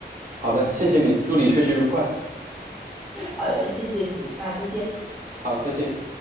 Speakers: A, on the right (about 50°); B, in the centre.
A: 好的，谢谢你，祝你学习愉快，
B: 好的，谢谢你，那再见。
A: 好，再见。